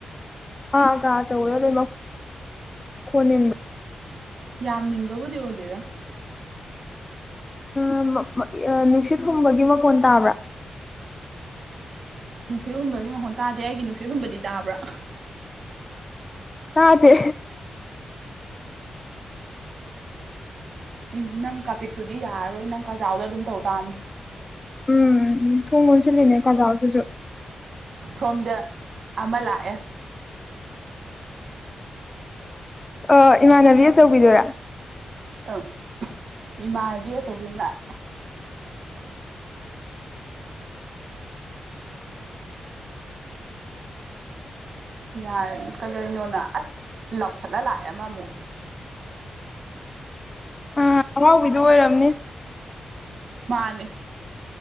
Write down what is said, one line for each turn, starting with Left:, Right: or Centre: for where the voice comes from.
Left: ꯑ ꯀꯥ ꯑꯆꯧꯕꯗ ꯂꯩ ꯃꯈꯣꯟ ꯅꯤꯟ
Right: ꯌꯥꯝ ꯅꯤꯟꯕꯕꯨꯗꯤ ꯑꯣꯏꯗꯦꯗ
Left: <unintelligible> ꯅꯨꯡꯁꯤꯠ ꯍꯨꯝꯕꯒꯤ ꯃꯀꯣꯟ ꯇꯥꯕ꯭ꯔꯥ
Right: ꯅꯨꯡꯁꯤꯠ ꯍꯨꯟꯕꯒꯤ ꯃꯍꯣꯟ ꯇꯥꯗꯦ ꯑꯩꯒꯤ ꯅꯨꯡꯁꯤꯠ ꯍꯨꯕꯗꯤ ꯇꯥꯕ꯭ꯔꯥ
Left: ꯇꯗꯦ
Right: ꯎꯝ ꯅꯪ ꯀꯥꯄꯤꯛꯇꯨꯗꯤ ꯌꯥꯔꯔꯣꯏ ꯅꯪ ꯀꯥꯖꯥꯎꯗ ꯑꯗꯨꯝ ꯇꯧ ꯇꯥꯝꯅꯤ
Left: ꯎꯝ ꯊꯣꯡ ꯂꯣꯟꯁꯤꯜꯂꯤꯅꯦ ꯀꯖꯥꯎꯗꯁꯨ
Right: ꯁꯣꯝꯗ ꯑꯃ ꯂꯥꯛꯑꯦ
Left: ꯑꯣ ꯏꯃꯥꯟꯅꯕꯤ ꯑꯆꯧꯕꯤꯗꯨꯔꯥ
Right: ꯑꯪ ꯏꯃꯥꯟꯅꯕꯤ ꯑꯆꯧꯕꯤ ꯑꯃ ꯂꯥꯛ ꯌꯥꯔꯦ ꯀꯩꯗꯩꯅꯣ ꯅꯪ ꯑꯁ ꯂꯥꯎꯊꯠꯂ ꯂꯥꯛꯑꯦ ꯑꯃ ꯑꯃꯨꯛ
Left: ꯑ ꯑꯥꯔꯥꯎꯕꯤꯗꯨ ꯑꯣꯏꯔꯝꯅꯤ
Right: ꯃꯥꯥꯅꯦ